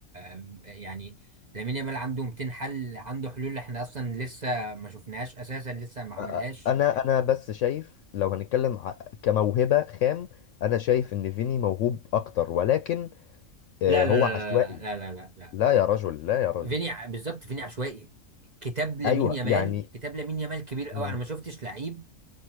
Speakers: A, on the right; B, on the left.
A: آه يعني لامين يامال عنده 200 حل عنده حلول احنا اصلا لسه ما شفناهاش اساسا لسه ما عملهاش
B: أ- أ- انا انا بس شايف لو هنتكلم ع- كموهبه خام انا شايف ان فيني موهوب اكتر ولكن آه،
A: لا
B: هو
A: لا لا
B: عشوائي
A: لا لا لا لا لا.
B: لا يا رجل لا يا رجل
A: فيني ع- بالظبط فيني عشوائي كتاب لامين
B: ايوه
A: يامال
B: يعني يعني
A: كتاب لامين يامال كبير قوي
B: مم.
A: انا ما شفتش لعيب